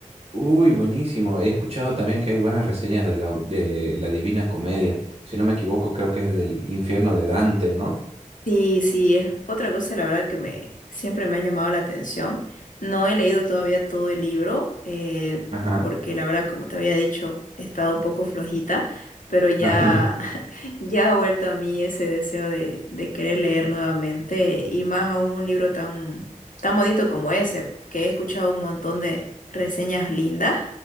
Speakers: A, on the right (about 45°); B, on the left (about 70°).
A: Uy, buenísimo. He escuchado también que hay buenas reseñas de la, de la Divina Comedia. Si no me equivoco, creo que es del infierno de Dante, ¿no?
B: Sí, sí, es otra cosa, la verdad, que me siempre me ha llamado la atención. No he leído todavía todo el libro, eh,
A: Ajá.
B: porque la verdad, como te había dicho, he estado un poco flojita, pero ya,
A: <laughs>
B: <laughs> ya ha vuelto a mí ese deseo de, de querer leer nuevamente, y más aún un libro tan, tan bonito como ese, que he escuchado un montón de reseñas lindas,